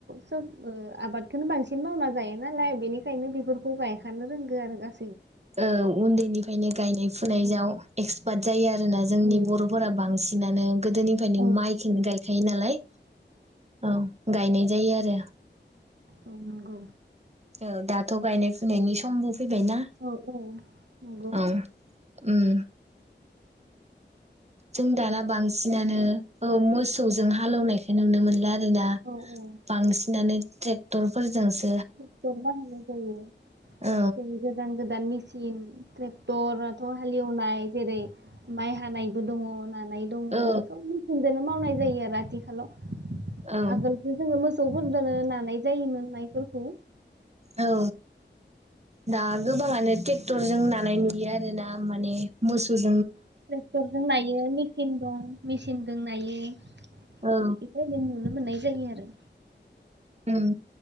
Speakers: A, on the right (about 70°); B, on the right (about 35°).
A: सोब आबाद। बेखोनो बांसिन मावना जायो नालाय बेनिखायनो बेफोरखौ गायखानो रोंगौ आरो गासै।
B: औ उन्दैनि। माने गायनाय फुनायाव
A: औ
B: एक्सपार्ट जायो आरो ना जोंनि
A: औ
B: बर'फोरा बांद्राय। सिनानो गोदोनिफ्रायनो
A: औ
B: माइ खिनो गाय थायो नालाय औ गायनाय जायो आरो।
A: औ नंगौ
B: औ दाथ' गायनाय फुनायनि समबु फैबायना
A: औ औ नंगौ
B: ओं उम जों दाना बांसिनानो औ मोसो मोसौजों हालौनायखौ नुनो मोनला आरोना
A: औ औ
B: बांसिनानो ट्रेक्टरफोर जोंसो
A: ट्रेकटर बाहायनाय जायो
B: औ
A: बिदिनो गोदान -गोदान मि -चिन ट्रेक्टराथ' हालेवनाय जेरै माइ हानायबो दङ होननानै नाय दङो
B: औ
A: सब मिसिन नो मावनाय जायो आरो आथिखालाव।
B: औ
A: आगोलथ जोङो मोसौ मोसौफोरदोनो नानाय जायोमोन मायफोर खौ
B: औ दा गोबाङानो ट्रेक्टर जों नानाय नुयो -यो आरो ना माने मोसौ जों
A: ट्रेक्टर जों नायो मेचिन दं मेसिन दों नायो। बे
B: औ
A: बायदि नों नुनो मोनो मोननाय जायो आरो।
B: अम।